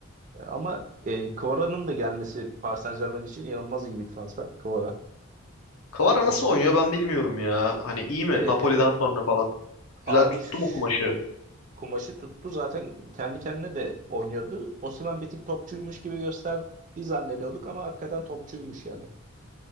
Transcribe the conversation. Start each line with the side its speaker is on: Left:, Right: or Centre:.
Right: Ama e, Kvara'nın da gelmesi Paris Saint-Germain için inanılmaz iyi bir transfer. Kvara.
Left: Kvara
Right: Kva-
Left: nasıl oynuyor ben bilmiyorum ya. Hani iyi mi
Right: E,
Left: Napoli'den sonra falan?
Right: Abi
Left: Güzel tuttu
Right: şş,
Left: mu kumaşı?
Right: kumaşı tuttu zaten kendi kendine de oynuyordu. Osimhen bir tık topçuymuş gibi gösterdiği zannediyorduk ama hakikaten topçuymuş yani.